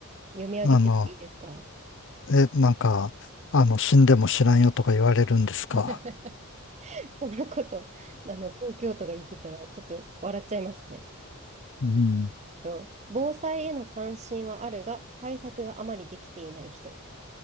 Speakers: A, on the right; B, on the left.
A: 読み上げてもいいですか
B: え、あの、え、なんか、あの、死んでも知らんよとか言われるんですか。
A: <laughs> そんなこと、あの、東京都が言ってたら、ちょっと笑っちゃいますね。
B: うん。
A: と、防災への関心はあるが、対策があまりできていない人。